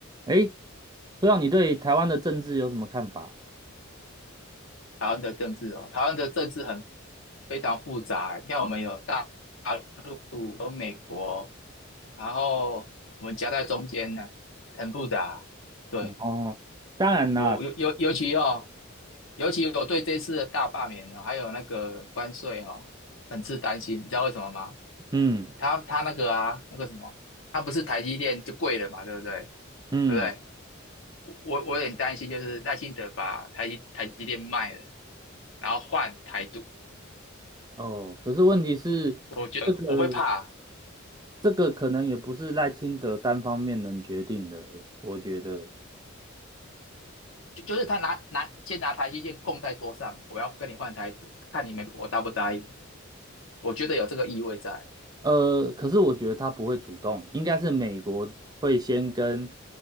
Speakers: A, on the right; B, on the left.
A: 诶，不知道你对台湾的政治有什么看法？
B: 台湾的政治哦，台湾的政治很非常复杂欸。你看，我们有大陆、有美国，然后我们夹在中间呢，很复杂。对，
A: 然后，当然啦，
B: 尤尤尤尤其哦，尤其我对这次的大罢免哦，还有那个关税哦，很是担心。你知道为什么吗？
A: 嗯
B: 他他那个啊，那个什么，他不是台积电就贵了嘛，对不对？
A: 嗯，
B: 对不对？我我我有点担心，就是耐心的把台积台积电卖了，然后换台独。
A: 哦，可是问题是，
B: 我觉得我会怕，
A: 这个这个可能也不是赖清德单方面能决定的，诶，我觉得，
B: 就就是他拿拿先拿台积电供在桌上，我要跟你换台独，看你美国答不答应。我觉得有这个意味在
A: 呃，可是我觉得他不会主动，应该是美国会先跟